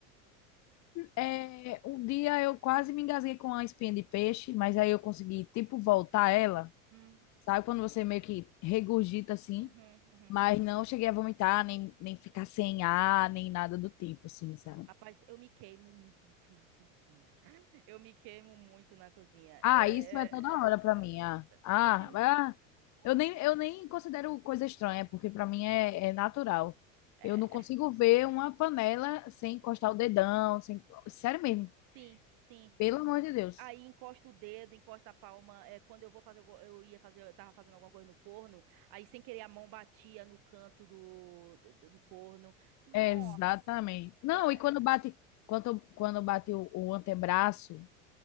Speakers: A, on the left; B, on the right.
A: É, um dia eu quase me engasguei com a espinha de peixe, mas aí eu consegui, tipo, voltar ela.
B: Hum.
A: Sabe quando você meio que regurgita assim?
B: Uhum, uhum.
A: Mas não cheguei a vomitar, nem, nem ficar sem ar, nem nada do tipo, assim, sabe?
B: Rapaz, eu me queimo muito na cozinha. <laughs> Eu me queimo muito na cozinha. É...
A: Ah, isso é toda hora pra mim. Ah,
B: é,
A: ah,
B: princi- <laughs>
A: ah. Eu nem, eu nem considero coisa estranha, porque pra mim é, é natural.
B: é,
A: Eu não consigo ver uma panela sem encostar o dedão, sem... Sério mesmo,
B: Sim, sim.
A: pelo amor de Deus.
B: Aí encosta o dedo, encosta a palma. É, quando eu vou fazer, algu- eu ia fazer, eu tava fazendo alguma coisa no forno. Aí sem querer a mão batia no canto do, do do forno. Nossa,
A: É, exatamente. Não, e
B: é,
A: quando bate, quando, quando bate o, o antebraço